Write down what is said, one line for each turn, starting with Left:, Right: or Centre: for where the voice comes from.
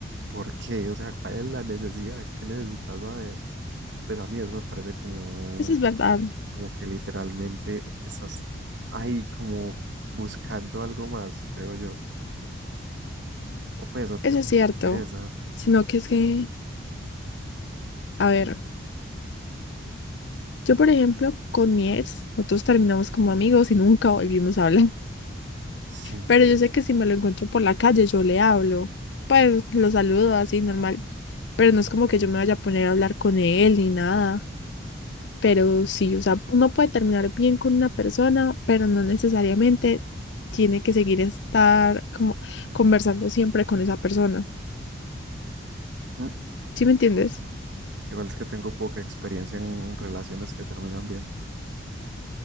Right: ¿por qué? O sea, ¿cuál es la necesidad? ¿Qué necesitas saber? Pues a mí eso me parece como,
Left: eso es verdad.
Right: como que literalmente estás ahí como buscando algo más, creo yo, o pues, o que,
Left: Eso
Right: o que
Left: es cierto,
Right: me interesa.
Left: sino que es que, a ver, yo por ejemplo, con mi ex, nosotros terminamos como amigos y nunca volvimos a hablar, <laughs>
Right: Ujú.
Left: pero yo sé que si me lo encuentro por la calle, yo le hablo, pues lo saludo así normal, pero no es como que yo me vaya a poner a hablar con él ni nada, pero sí, o sea, uno puede terminar bien con una persona, pero no necesariamente tiene que seguir estar como conversando siempre con esa persona,
Right: Mm,
Left: ¿sí me entiendes?
Right: No sé. Igual es que tengo poca experiencia en relaciones que terminan bien.